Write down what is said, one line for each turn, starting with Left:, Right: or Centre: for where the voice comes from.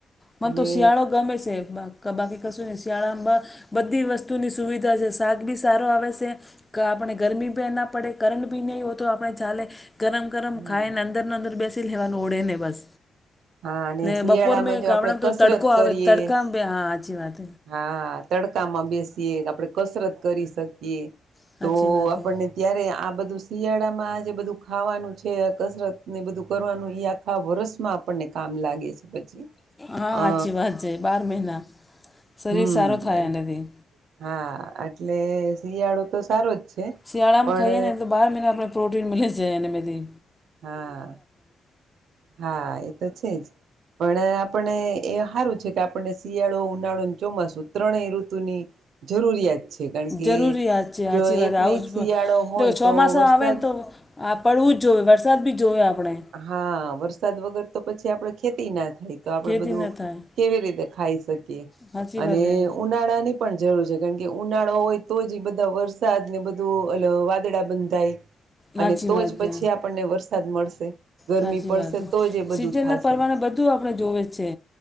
Left: મને
Right: અને
Left: તો શિયાળો ગમે છે. ક બાકી કશું નહી શિયાળામાં બધી વસ્તુની સુવિધા છે શાક બી સારો આવે છે. આપણે ગરમી બ ના પડે કરંટ ભી નહીં હો તો આપણે ચાલે ગરમ. ગરમ
Right: હમ
Left: ખાય ને અંદર ન અંદર બેસી લેવાનું ઓળે ને બસ
Right: હા અને
Left: ને
Right: શિયાળામાં
Left: બપોર મે ગામડામાં
Right: જો આપણે
Left: તો
Right: કસરત
Left: તડકો આવે
Right: કરીએ
Left: તડકામાં બે હા સાચી વાત.
Right: હા તડકામાં બેસીએ આપણેે કસરત કરી શકીએ
Left: સાચી
Right: તો
Left: વાત
Right: આપણને
Left: હે
Right: ત્યારે આ બધું શિયાળામાં જે બધું ખાવાનું છે કસરત ને બધું કરવાનું યાદ આા વર્ષમાં આપણને કામ લાગે છે. પછી
Left: હા
Right: અ
Left: સાચી વાત જ બાર મહિના શરીર
Right: હમ
Left: સારો થાય
Right: એ
Left: એનાથી
Right: હા એટલે શિયાળો તો સારો જ છે
Left: શિયાળામાં
Right: પણ
Left: ખાઈએ ને તો બાર મહિને આપને પ્રોટીન મી છે એનેથી
Right: હા હા એ તો છેજ. પણ આપણને એ સારું છે. કે આપણને શિયાળો ઉનાળો ચોમાસું ત્રણેય ઋતુની જરૂરિયાત છે. કારણ કે
Left: જરૂરી વાત છે સાચી
Right: જો
Left: વાત
Right: એકને
Left: આવું
Right: એક શિયાળો હોય
Left: જ છોમાસા
Right: તો વરસાદ
Left: આવે ને તો. આ પડવું જ જોઈએ વરસાદ બી જોઈએ આપણે
Right: હા વરસાદ વગર તો પછી આપડે ખેતી ના થાય તો આપડે
Left: ખેતી
Right: બધું
Left: ન થાય
Right: કેવી રીતે ખાઈ શકીએ
Left: સાચી
Right: અને
Left: વાત એ
Right: ઉનાળા ની પણ જરૂર છે. કારણ કે ઉનાળો હોય તો જ બધા વરસાદ ને બધું વાદળા બંધ થાય.
Left: સાચી
Right: અને તો
Left: વાત
Right: જ પછી
Left: છે
Right: આપણને વરસાદ મળશે. ગરમી
Left: સાચી
Right: પડશે
Left: વાત
Right: તો જ એ બધું
Left: સીઝન
Right: થશે
Left: ના પરમાણે બધું આપડણે જોવે છે